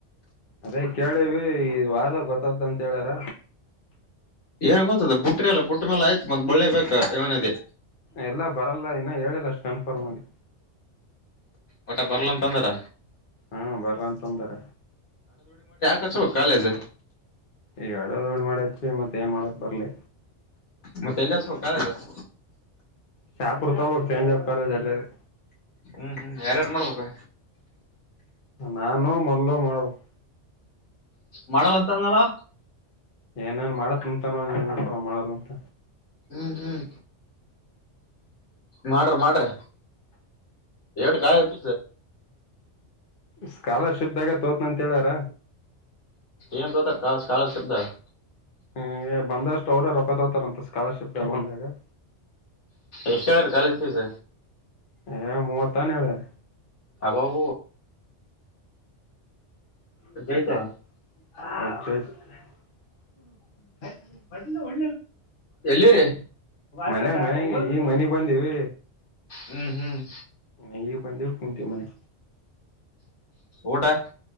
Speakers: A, on the left; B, on the left.
A: ಅದೇ ಕೇಳಿವ ಈ್ ವಾರದಾಗ ಗೊತ್ತ್ದ ಅಂತ ಹೇಳ್ಯಾರ
B: ಏನ್ ಗೊತ್ತದ ಬುಟ್ರೆಲ್ಲ ಬುಟ್ಟ ಮೇಾಲ ಆಯ್ತು ಮತ್ತತ್ ಬಳ್ಳೆ ಬಾ ವನದೇ
A: ಈಲ್ಲ ಬರಲ್ಲ ಇನ್ನ ಹೇಳಿಲ್ಲ ಅಷ್ಟು ಕನ್ಫರ್ಮ್ ಆಗಿ
B: ಒಟ್ಟ ಬರ್ಲಂತಂದಾರ
A: ಹಾ ಬರ್ಲ ಅಂತಂದಾರ
B: ಹಚ್ಚಬೇಕ್ ಕಾಲೇಜ
A: ಎರಡ ಕಡಿ ಡ್ ಮಾಡಿ ಅಚ್ಚಿ ಮತ್ತೆ ಏನ್ ಮಾಡಕ್ ಬರ್ಲಿ
B: ಮತ್ತೆಲ್ಲಿ ಹಚ್ಚಬೇಕ್ ಕಾಲೇಜ್
A: ಶಾಪೂರ ತೋಗ್ಬೇಕ್ ಯಲ್ಲೆರೆ
B: ಹ್ಮ್ ಹ್ಮ್ ಯಾರ್ಯಾರು ಮಾಡ್ಬೇಕು
A: ನಾನು ಮಲ್ಲು ಮಾಡ್ಬೇಕ
B: ಮಾಡಲ್ಲ ಅಂತ ಅಂದ್ನಲ್ಲ
A: ಏನೇನ್ ಮಾಡತ್ಂತಾನರ ಮಾಡಲ್ಲ ಅಂತ
B: ಹ್ಮ್ ಹ್ಮ್ ಮಾಡ್ರಿ ಮಾಡ್ರಿ ಎರಡ್ ಕಾಲೇಜ್ ಫೀಸ್
A: ಸ್ಕಾಲರ್ಶಿಪ್ದಾಗೆ ತೊತಿನ್ ಅಂತ ಹೇಳಾರ
B: ಏನ್ ತೋತಾರ್ ಸ್ಕಾಲರ್ಶಿಪ್ದಾಗ್
A: ಹ್ಮ ಬಂದಷ್ಟು ಅವ್ರ ರೊಕ್ಕ ತೋತಾರಂತ ಸ್ಕಾಲರ್ಶಿಪ್ ಬಂದಾಗ
B: ಎಷ್ಟು ಹೇಳಾರ ಕಾಲೇಜ್ ಪೀಸ್
A: ಏ ಮೂವತ್ತಾನ ಏಳಾರ
B: ಹಾಬಾಬ್
A: <unintelligible>
B: ಐತವ ಎಲ್ಲಿರಿ
A: ಮನ್ಯಾಗ ಮನ್ಯಗೆ ಈಗ್ ಮನೆಗ್ ಬಂದ್ವಿ
B: ಹ್ಮ್ ಹ್ಮ್
A: ಈಗ ಬಂದಿವಿ ಕುಂತಿ ಮನೆ
B: ಊಟಾ